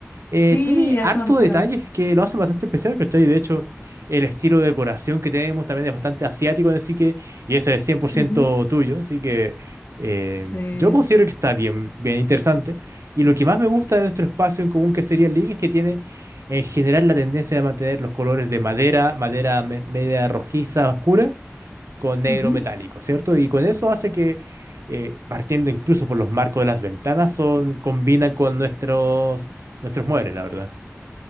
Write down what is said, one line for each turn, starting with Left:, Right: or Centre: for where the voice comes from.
Right: eh,
Left: Sí,
Right: tiene
Left: a
Right: harto
Left: eso me refiero.
Right: detalles que lo hacen bastante especial, ¿cachai? De hecho, el estilo de decoración que tenemos también es bastante asiático, así que, y ese es cien por ciento
Left: Ujú,
Right: tuyo, así que eh,
Left: Sí.
Right: yo considero que está bien, bien interesante. Y lo que más me gusta de nuestro espacio en común, que sería el living, es que tiene en general la tendencia de mantener los colores de madera, madera me- media rojiza, oscura, con negro
Left: ujú.
Right: metálico, ¿cierto? Y con eso hace que, eh, partiendo incluso por los marcos de las ventanas, son, combinan con nuestros, nuestros muebles, la verdad.